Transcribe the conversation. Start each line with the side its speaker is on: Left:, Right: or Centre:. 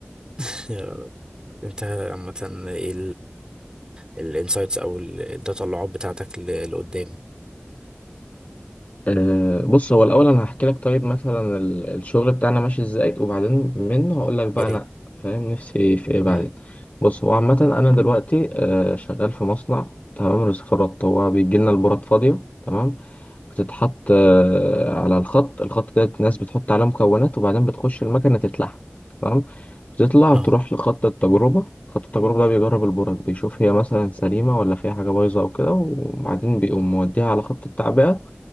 Right: <laughs> انت عامة ايه الانسايتس او ال- التطلعات بتاعتك ل- لقدام
Left: أه بص هو الأول أنا هحكي لك طيب مثلا ال- الشغل بتاعنا ماشي إزاي وبعدين منه هقول لك بقى
Right: يا ريت
Left: أنا فاهم نفسي ايه في إيه بعدين
Right: مم.
Left: بص هو عامة أنا دلوقتي أه شغال في مصنع تمام رصفارات هو بيجي لنا البورات فاضية تمام بتتحط أه على الخط الخط ده الناس بتحط عليه مكونات وبعدين بتخش المكنة تتلحم تمام بتطلع
Right: اه
Left: تروح لخط التجربة خط التجربة ده بيجرب البورات بيشوف هي مثلا سليمة ولا فيها حاجة بايظة أو كده وبعدين بيقوم موديها على خط التعبئة